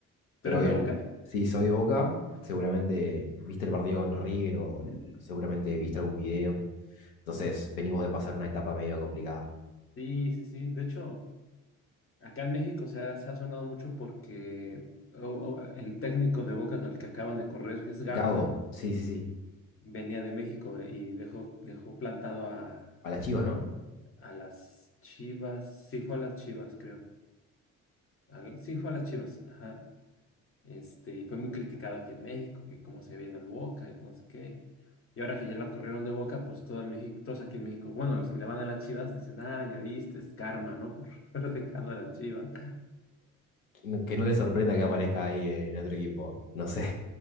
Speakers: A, on the left (about 35°); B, on the left (about 85°).
A: ¿Tú
B: Pero
A: eres
B: bien,
A: de Boca?
B: si soy de Boca, seguramente viste el partido contra River o l- seguramente viste algún video. Entonces, venimos de pasar una etapa medio complicada.
A: Sí, sí, sí. De hecho, acá en México se ha, se ha sonado mucho porque o- o el técnico de Boca al que acaban de correr, que es Gago,
B: Gago,
A: ¿no?
B: sí, sí, sí.
A: Venía de México y dejó, dejó plantado a,
B: A las Chivas, ¿no?
A: a las Chivas. Sí, fue a las Chivas, creo. A la- sí, fue a las Chivas. Ajá. Este, y fue muy criticado aquí en México, que cómo se había ido al Boca y no sé qué. Y ahora que ya la corrieron de Boca, pues todo en México, todos aquí en México, bueno, los que le van a las Chivas dicen, ah, ya viste, es karma, ¿no? Por <laughs> haber dejado a las Chivas.
B: Que que no le sorprenda que aparezca ahí en otro equipo. ¿eh? No sé.